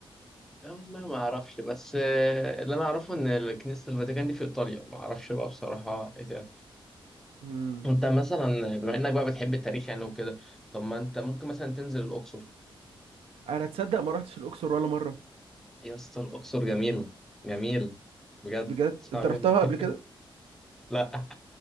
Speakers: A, in the centre; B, on the right (about 90°).
A: آه، والله ما أعرفش بس آه، اللي أنا أعرفه إن كنيسة الفاتيكان دي في إيطاليا ما أعرفش بقى بصراحة إيه ده
B: مم.
A: أنت مثلا بما إنك بقى بتحب التاريخ يعني وكده طب ما أنت ممكن مثلا تنزل الأقصر
B: انا تصدق ما رحتش الاقصر ولا مرة
A: يا اسطى الأقصر جميلة جميل بجد
B: بجد
A: اسمع
B: انت
A: مني
B: رحتها قبل
A: <laughs>
B: كده
A: لا